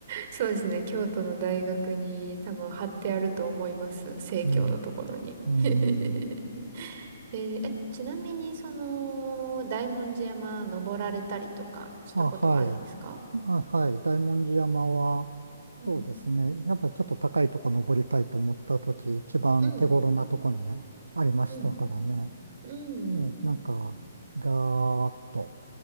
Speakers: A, on the right (about 45°); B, on the right (about 80°).
A: そうですね。京都の大学に多分貼ってあると思います。生協のところに。
B: うん、うん、
A: <laughs> えーえ、ちなみに、その、大文字山登られたりとかしたことはあるんですか
B: あ、はい。あ、はい。大文字山は、
A: うん、
B: そうですね。やっぱちょっと高いとこ登りたいと思ったとき、一番手頃なとこにね、
A: うん、
B: ありましたからね。
A: うん、うん、
B: ええ、なんか、ガーッと、